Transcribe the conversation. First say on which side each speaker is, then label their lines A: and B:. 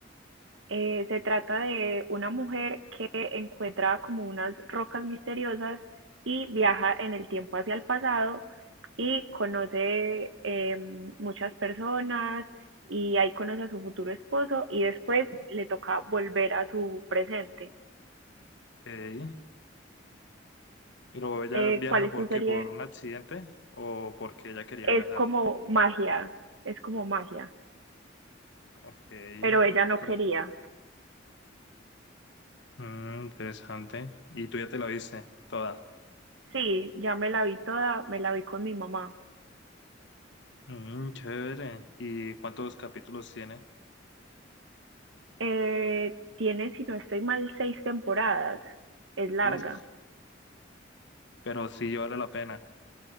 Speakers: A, on the right (about 70°); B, on the left (about 65°).
A: Eh, se trata de una mujer que encuentra como unas rocas misteriosas y viaja en el tiempo hacia el pasado y conoce eh, muchas personas y ahí conoce a su futuro esposo y después le toca volver a su presente.
B: Ok. Pero ella
A: Eh,
B: viaja
A: ¿Cuál es
B: ¿por
A: su serie?
B: qué? ¿Por un accidente o porque ella quería
A: Es
B: viajar?
A: como magia, es como magia,
B: Ok.
A: pero ella no
B: Y-
A: quería.
B: mm, interesante. ¿Y tú ya te la viste toda?
A: Sí, ya me la vi toda, me la vi con mi mamá.
B: Mm, chévere. ¿Y cuántos capítulos tiene?
A: Eh, tiene, si no estoy mal, seis temporadas. Es larga.
B: uff pero sí vale la pena.